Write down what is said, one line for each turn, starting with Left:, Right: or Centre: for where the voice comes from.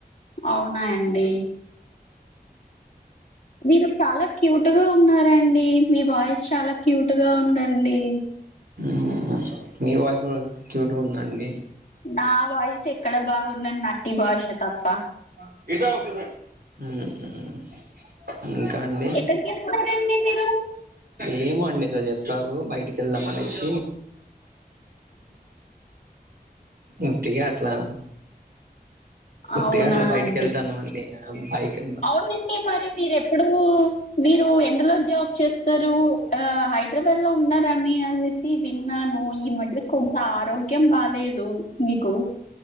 Left: అవునా అండి మీరు చాలా క్యూట్ గా ఉన్నారండి మీ వాయిస్ చాలా క్యూట్గా ఉందండి
Right: ఉమ్ మీ వాయిస్ కూడా క్యూట్గా ఉంది అండి.
Left: నా వాయిస్ ఎక్కడ బాగున్నది నత్తి భాష తప్ప
Right: ఉమ్ హుమ్ ఇంకా అండి
Left: ఎక్కడికి వెళ్తున్నారండి మీరు
Right: ఏమో అండి ఈ రోజు కాదు బయటికి వెళ్దామనేసి ఉత్తిగా అట్లా ఉత్తిగా
Left: అవునా
Right: అట్లా బయటికి
Left: అండి
Right: వెళ్తాను అండి బైక్
Left: అవునండి మరి మీరూ ఎప్పుడూ మీరు ఎండలో జాబ్ చేస్తారు ఆ హైదరాబాద్ లో ఉన్నారాని అనేసి ని విన్నాను ఈ మధ్య కొంచెం ఆరోగ్యం బాలేదు నీకు